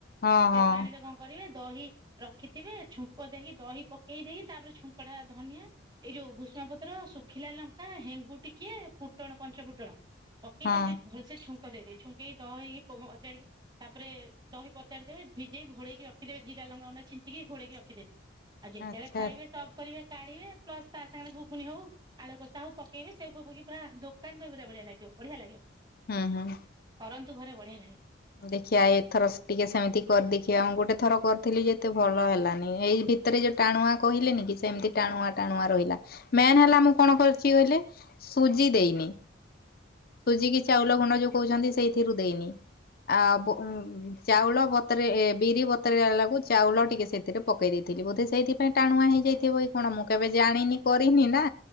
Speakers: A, on the left; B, on the right.
A: ହଁ ହଁ।
B: ପାଣି କଣ କରିବେ ଦହି ରଖିଥିବେ ଛୁଙ୍କ ଦେଇି ଦହି ପକେଇ ଦେଇେଇ ତାପରେ ଛୁଙ୍କ ଟା ଧନିଆ ଏଇ ଯୋଉ ଭୂଷ୍ମା ପତ୍ର ଶୁଖିଲା ଲଙ୍କା ହେଙ୍ଗୁ ଟିକେ ଫୁଟଣ ପଞ୍ଚ ଫୁଟଣ ପକେଇ
A: ହଁ
B: ତାକୁ ଗୋଟେ ଭଲସେ ଛୁଙ୍କ ଦେଇଦେ ଛୁଙ୍କେଇି ଦହିକି ପଜାଡିକି ତାପରେ ଦହି ପଚାଦବେ ଭିଇକ ଘୋଡେକି ରଖିଦେବେ ଜିରା ଲଙ୍କା ଗୁଣ୍ଡ ଛିଞ୍ଚି ଘଡ଼େଇକି ରଖିଦେବେ। ଆଉ ଯେତେବେଳେ
A: ଆଚ୍ଛା।
B: ଖାଇବେ ସବ କରିବେ କାଢ଼ିବେ ପ୍ଲସ୍ ତା ସାଙ୍ଗରେ ଘୁଗୁନି ହଉ। ଆଳୁ କଷାକୁ ପକେଇବି ସେଇ ଫେଉ ପକେଇ କି ପୁରା ଦୋକାନ ଦହି ବରା ପୁରା ବଢିଆ ଲାଗିବ
A: ହଁ ହଁ।
B: କରନ୍ତୁ ଘରେ ବଢିଆ ଲାଗେ।
A: ଦେଖିବା ଏଇଥର ଟିକେ ସେମିତି କରି ଦେଖିବା ମୁଁ ଗୋଟେ ଥର କରିଥିଲି ଯେତେ ଭଲ ହେଲାନି ଏଇ ଭିତ ଭରେ ଯୋଉ ଟାଣୁଆ କହେନି କି ସେମିତି ଟାଣୁଆ ଟାଣୁଆ ରହିଲା। ମେନ୍ ହେଲା ମୁଁ କଣ କରୁଛି କହିଲେ ସୁଜି ଦେଇନି। ସୁଜି କି ଚାଉଳ ଗୁଣ୍ଡ ଯୋଉ କହୁଛନ୍ତି ସେଇଥିରୁ ଦେଇନି। ଆଉ ବୁ ଉଁ ଚାଉଳ ବତରେ ଏ ବିରି ବତରେଲାକୁ ଚାଉଳ ଟିକେ ସେ ସେଥିରେ ପକେଇ ଦେଇେଇଥିଲି ବୋଧେ ସେଇଥିପାଇଁ ଟାଣୁଆ ହେଇଯାଇଥିବ କି କଣ ମୁଁ କେବେ ଜାଣିନି କରିନି ନା।